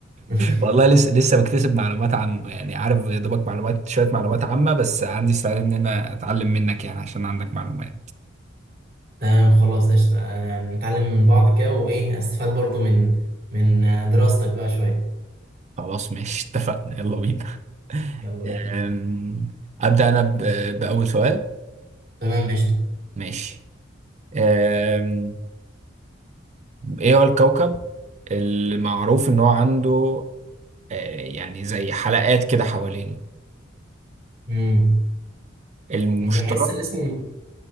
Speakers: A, on the right (about 50°); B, on the right (about 35°).
A: <laughs>
B: والله لسه لسه بكتسب معلومات عنه يعني عارف يا دوبك معلومات شوية معلومات عامة بس عندي استعداد إن أنا أتعلم منك يعني عشان عندك معلومات
A: تمام خلاص قشطة يعني نتعلم من بعض كده وايه استفاد برضو من من دراستك بقى شوية
B: خلاص ماشي اتفقنا يلا بينا
A: يلا بينا
B: أم، أبدأ أنا ب- بأول سؤال
A: تمام قشطة
B: ماشي أم، إيه هو الكوكب اللي معروف إن هو عنده آه، يعني زي حلقات كده حوالينه
A: امم
B: المشتري
A: بحس ان اسمه